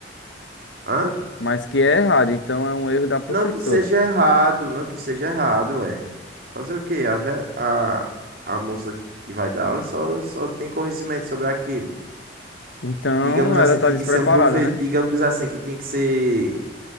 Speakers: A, on the right (about 50°); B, on the left (about 75°).
A: Hã?
B: Mas que é errado, então é um erro da professora.
A: Não que seja errado, não que seja errado, é. Fazer o quê? A, ve- a, a moça que vai dar aula só, só tem conhecimento sobre aquilo.
B: Então
A: Digamos assim,
B: ela tá
A: tinha
B: despreparada,
A: que ser um profe, digamos
B: né?
A: assim, que tinha que ser,